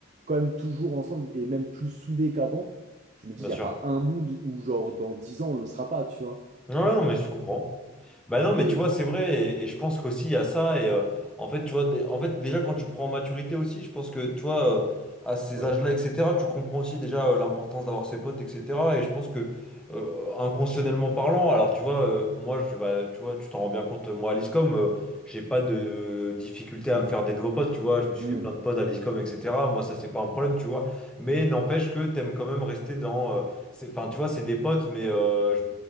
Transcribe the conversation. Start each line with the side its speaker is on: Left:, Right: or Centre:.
Right: quand même toujours ensemble et même plus soudés qu'avant. Je me dis,
Centre: bien
Right: il n'y
Centre: sûr.
Right: a pas un monde où, genre, dans 10 ans, on ne le sera pas, tu vois.
Centre: Non, non, mais je comprends. Bah non, mais
Right: Et
Centre: tu vois, c'est vrai, et, et je pense qu'aussi il y a ça, et euh, en fait, tu vois, dé- en fait, déjà quand tu prends en maturité aussi, je pense que, tu vois, euh, à ces
Right: ouais,
Centre: âges-là, etc., tu comprends aussi déjà euh, l'importance d'avoir ses potes, etc., et je pense que, euh, inconsciemment parlant, alors tu vois, euh, moi, je, bah, tu vois, tu t'en rends bien compte, euh, moi, à l'ISCOM, euh, j'ai pas de difficulté à me faire des nouveaux potes, tu vois, je me
Right: Hmm.
Centre: suis fait plein de potes à l'ISCOM, etc., moi, ça, c'est pas un problème, tu vois, mais n'empêche que t'aimes quand même rester dans... euh, c'est- Enfin, tu vois, c'est des potes, mais euh, je-